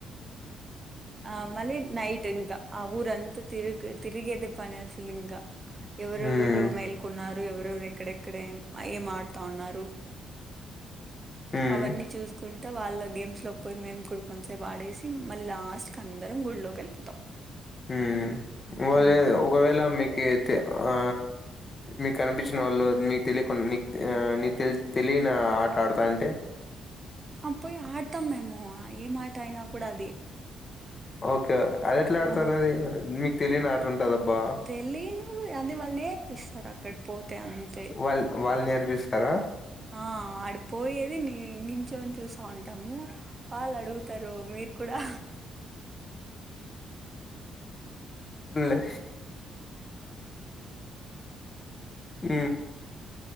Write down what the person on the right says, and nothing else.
ఆ మళ్ళీ నైట్ ఇంక ఆ ఊరంతా తిరిగి తిరిగేది పని అసలు ఇంకా ఎవరెవరు
మేల్కొన్న ఎవరెరు ఎక్కడెక్కడ ఏం ఆడ్ తాన్నారు.
అవన్నీ చూసుకుంట వాళ్ళ గేమ్స్ లోకి పోయి మేము కూడా కొంసేపు ఆడేసి మళ్ళీ లాస్ట్ కి అందరం గుళ్ళోకి వెళ్ళిపోతాం
ఉహు.
అ పోయి ఆడతాం మేము ఏం ఆట అయినా అప్పుడు అది
ఆ
తెలియను అది వాళ్ళు నేర్పిస్తారు అక్కడ పోతే అంతే అంతే
ఆ ఆడిపోయేది ని నించోని చూసా ఉంటాము వాళ్ళు అడుగుతారు మీరు కూడా